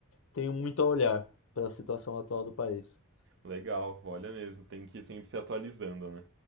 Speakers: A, on the left; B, on the right.
A: tenho muito a olhar para a situação atual do país.
B: Legal, olha mesmo, tem que ir sempre se atualizando, né?